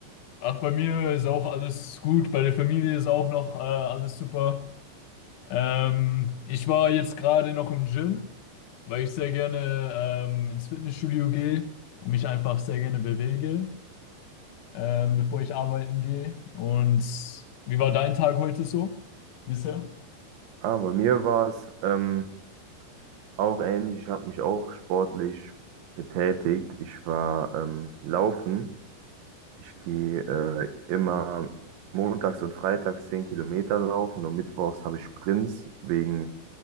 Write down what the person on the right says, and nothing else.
Ah, bei mir war es ähm, auch ähnlich. Ich habe mich auch sportlich betätigt. Ich war ähm, laufen. Ich gehe äh, immer montags und freitags 10 Kilometer laufen und mittwochs habe ich Sprints, wegen,